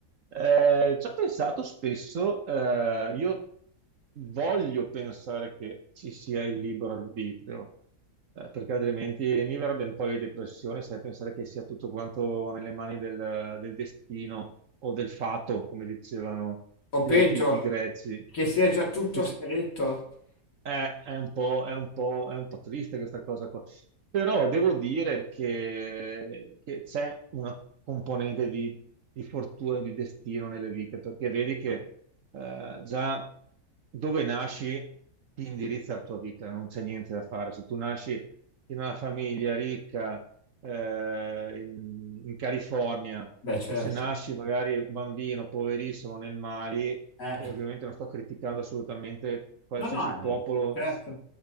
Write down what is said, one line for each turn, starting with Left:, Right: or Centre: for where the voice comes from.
Right: Eh, ci ho pensato spesso, eh, io voglio pensare che ci sia il libero arbitrio, eh, perché altrimenti mi verrebbe un po' di depressione, sai, pensare che sia tutto quanto nelle mani del, del destino o del fato, come dicevano
Left: O
Right: gli
Left: peggio,
Right: antichi greci.
Left: che sia già tutto
Right: Così-
Left: scritto.
Right: eh, è un po', è un po', è un po' triste questa cosa qua. Però devo dire che, che c'è una componente di, di fortuna e di destino nelle vite, perché vedi che eh, già dove nasci ti indirizza la tua vita, non c'è niente da fare. Se tu nasci in una famiglia ricca eh, in, in California
Left: Beh, certo.
Right: o se nasci magari bambino, poverissimo, nel Mali,
Left: Eh,
Right: e ovviamente non sto criticando assolutamente qualsiasi
Left: no, no,
Right: popolo
Left: eh, certo.